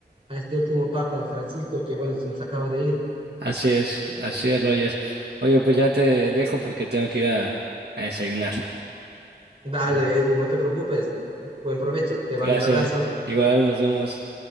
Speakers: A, on the right; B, on the right.
A: a este último papa Francisco que bueno, se nos acaba de ir.
B: Así es, así es, Roger. Oye, pues ya te dejo porque tengo que ir a, a desayunar,
A: Dale,
B: ¿vale?
A: Edu, no te preocupes. Buen provecho, te mando
B: Gracias.
A: un abrazo.
B: Igual, nos vemos.